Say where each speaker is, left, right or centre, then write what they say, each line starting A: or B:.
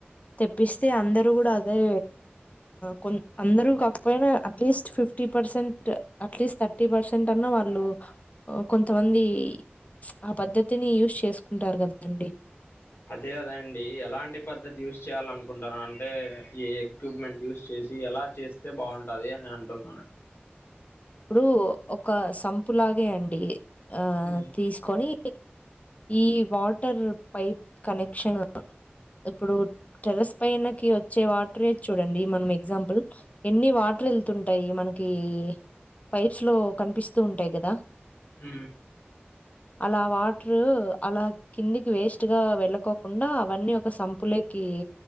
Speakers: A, on the left; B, on the left.
A: తెప్పిస్తే అందరూ కూడా అదే, కొ అందరూ కాకపోయినా అట్లీస్ట్ ఫిఫ్టీ పర్సెంట్ అట్లీస్ట్ థర్, ఫిఫ్టీ పర్సెంట్ అన్నా వాళ్ళు కొంతమంది, ఆ పద్ధతిని యూజ్ చేసుకుంటారు కదండి,
B: అదే అదండి ఎలాంటి పద్ధతి యూస్ చేయాల అనుకుంటారు అంటే ఈ ఎక్విప్మెంట్ యూస్ చేసి ఎలా, చేస్తే బాగుంటది అని అంటున్నాను.
A: ఇప్పుడు ఒక సంపు లాగే అండి ఆ
B: ఉమ్
A: తీసుకొని, ఈ వాటర్ పైప్ కనెక్షన్, ఇప్పుడు టెరెస్ పైనకి వచ్చే వాటర్ చూడండి మనం ఎగ్జాంపుల్ ఎన్ని వాటర్లు వెళ్తుంటాయి మనకి పైప్స్ లో కనిపిస్తూ ఉంటాయి కదా.
B: ఉ
A: అలా వాటరు అలా కిందికి వేస్ట్ గా వెళ్ళకోకుండా అవన్నీ ఒక సంపులే, కి